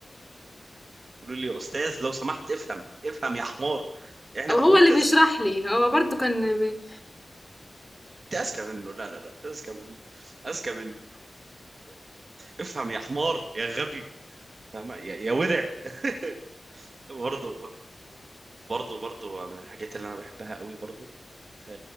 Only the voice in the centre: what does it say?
او
هو اللي
بيشرح لي هو برضو كان بي...